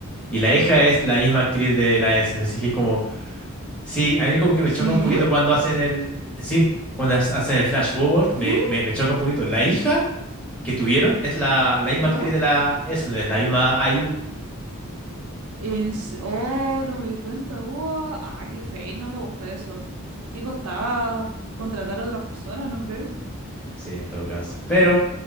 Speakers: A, in the centre; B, on the right (about 85°).
A: Y la hija es la misma actriz de la Essen, así que es como, sí, a mí como que
B: ¿Sí?
A: me choca un poquito cuando hacen el, sí, cuando ha- hacen el flash forward, me,
B: ¿Qué?
A: me, me choca un poquito. La hija que tuvieron es la, la misma
B: ¿Ya?
A: actriz de la Essen, es la misma IU.
B: En s- Oh, no me di cuenta, wow, ah, qué feo, no me gusta eso. ¿Qué costaba contratar a otras personas, no crees?
A: Sí, en todo caso. Pero